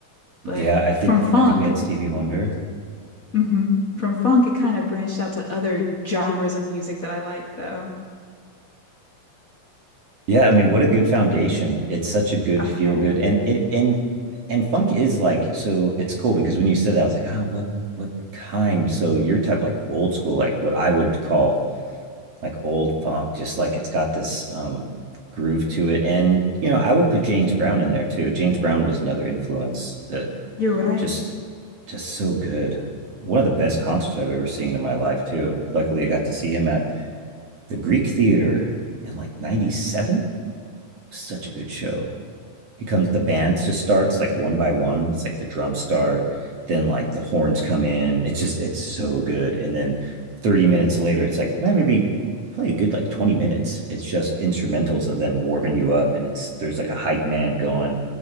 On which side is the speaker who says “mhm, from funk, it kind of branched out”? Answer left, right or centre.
Left